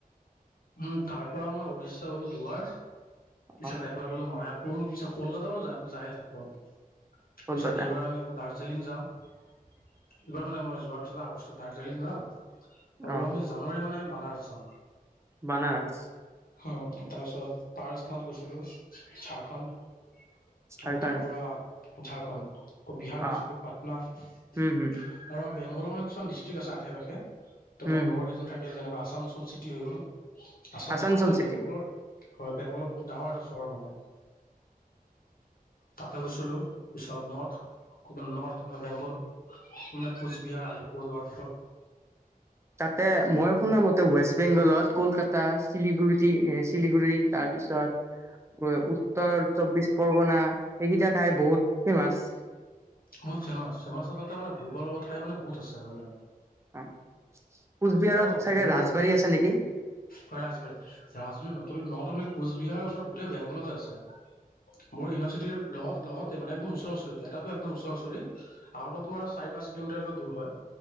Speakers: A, on the left; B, on the right.
A: উম তাৰ পৰা মই উৰিষ্যা গ'লো দুবাৰ পিছত
B: অ
A: একবাৰ গলো মায়াপুৰ পিছত কলকাতা য যাই থাকো
B: কলকাতা
A: পিছত এইবাৰ আমি আকৌ দাৰ্জিলিং যাম এইবাৰ মানে মই যোৱাৰ পিছত আগষ্টত দাৰ্জিলিং যাম আৰু
B: অ
A: আমি জানুৱাৰী মানে বনাৰছাম
B: বানাৰস
A: উ তাৰপিছত পাৰসনত গৈছিলো ঝাৰখণ্ড
B: ঝাৰখণ্ড
A: তাৰ পৰা ঝাৰখণ্ড বিহাৰ গৈছিলোঁ
B: অ
A: পাটনা আৰু
B: উম হম
A: বেংগলৰ মানে কিছুমান ডিষ্ট্ৰিক্ট আছে আশে পাশে তেঁতৰ
B: উম হম
A: লগৰ কেইজন থাকে যেনেকুৱা আসানসোল চিটি হৈ গ'ল আসানসোল
B: আসানচোল
A: মানে
B: চিটি
A: বেংগলৰ হয় বেংগলৰ বহুত ডাঙৰ এটা চহৰ মানে তাতে গৈছিলোঁ পিছত নৰ্থ ক নৰ্থ মে বেংগল মানে কোচবিহাৰ আলিপুৰ দুৱাৰ
B: তাতে মই শুনামতে ৱেষ্ট বেংগলত কলকাতা শিলিগুৰি এ শিলিগুৰি তাৰপিছত উ উত্তৰ চব্বিশ পৰগনা এইকেইটা ঠাই বহুত ফেমাচ
A: বহুত ফেমাচ ফেমাছ তাতে মানে ঘুৰিব লগা ঠাই মানে বহুত আছে মানে
B: কোচবিহাৰত
A: আৰু বেংগলত
B: চাগে ৰাজবাৰী আছে নেকি
A: হয় ৰাজবাৰী ৰাজবাৰী নটুন নট অনলি কোচবিহাৰ গোটেই বেংগলতে আছে মোৰ ইউনিৰ্চিটিৰ লগতে মে একদ ওচ ওচৰিতে এটাটো একদমচ ৰ তোমাৰ চাৰি পাঁচ কিলোমিটাৰকে দূৰ হয়